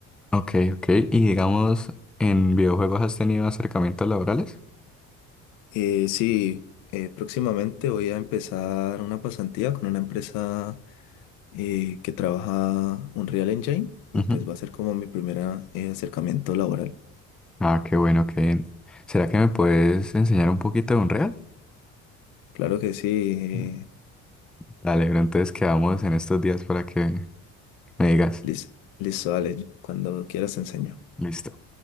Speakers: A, in the centre; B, on the left.
A: Ok, ok. Y digamos, ¿en videojuegos has tenido acercamientos laborales?
B: Eh, sí, eh, próximamente voy a empezar una pasantía con una empresa eh, que trabaja Unreal Engine y
A: Ujú.
B: pues va a ser como mi primer eh, acercamiento laboral.
A: Ah, qué bueno, que ¿Será que me puedes enseñar un poquito de Unreal?
B: Claro que sí, eh,
A: Mm, Dale, pero entonces quedamos en estos días para que me digas.
B: listo, listo, dale, cuando quieras te enseño.
A: Listo.